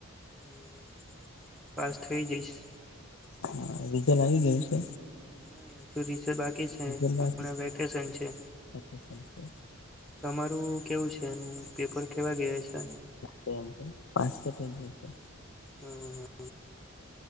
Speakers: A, in the centre; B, on the left.
A: હ, પાસ થઈ જઈશ.
B: હા, રીઝલ આવી ગયું છે.
A: નઈ, હજુ રીઝલ બાકી છે,
B: રિઝલ્ટ
A: હમણાં
B: બાકી છે
A: વેકેશન છે.
B: વેકેશન છે.
A: તમારું કેવું છે? એમ પેપર કેવા ગયા છે?
B: સેમ, તો પાસ ત થઈ જાય છે.
A: હ, હ